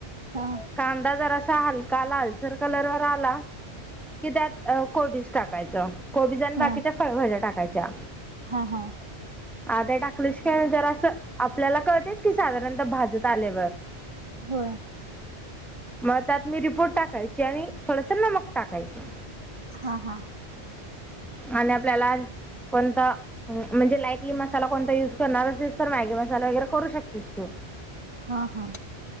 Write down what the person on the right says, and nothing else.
हा
हा
हा हा.
होय
हा हा.
हा हा.